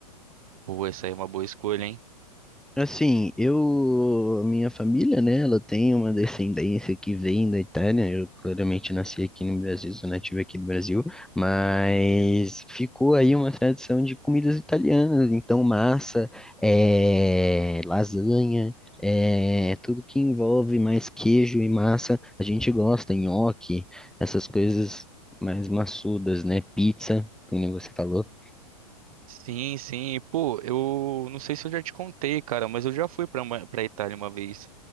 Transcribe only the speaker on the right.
Pô, essa aí é uma boa escolha, hein?
Sim, sim. Pô, eu não sei se eu já te contei, cara, mas eu já fui pra, Ma- pra Itália uma vez.